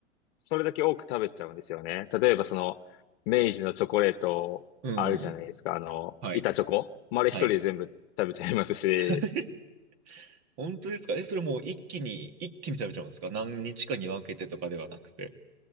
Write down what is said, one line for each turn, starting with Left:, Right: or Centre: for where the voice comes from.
Left: それだけ多く食べちゃうんですよね。例えばその、明治のチョコレートあるじゃないですか。
Right: うんうんうん。
Left: あの、
Right: はい。
Left: 板チョコ。丸一人で全部食べちゃいますし、
Right: はい。<laughs> 本当ですかえ、それもう一気に、一気に食べちゃうんですか何日かに分けてとかではなくて。